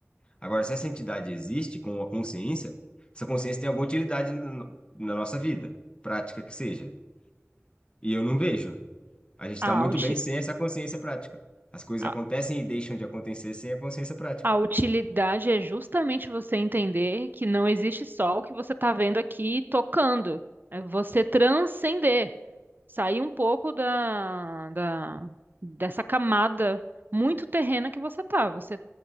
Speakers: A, on the left; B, on the right.
A: Agora, se essa entidade existe com a consciência, essa consciência tem alguma utilidade na, no- na nossa vida, prática que seja. E eu não vejo. A gente está
B: A,
A: muito
B: uti-
A: bem sem essa consciência prática. As coisas
B: a,
A: acontecem e deixam de acontecer sem a consciência prática.
B: a utilidade é justamente você entender que não existe só o que você está vendo aqui tocando. É você transcender. Sair um pouco da, da, dessa camada muito terrena que você tá. Você